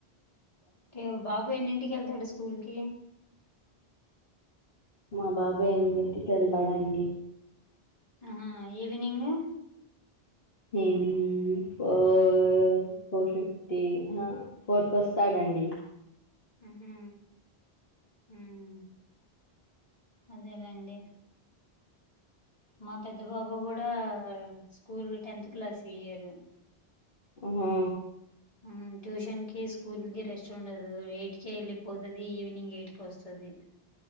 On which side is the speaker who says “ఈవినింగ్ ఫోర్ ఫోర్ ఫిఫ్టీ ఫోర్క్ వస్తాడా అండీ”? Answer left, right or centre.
Left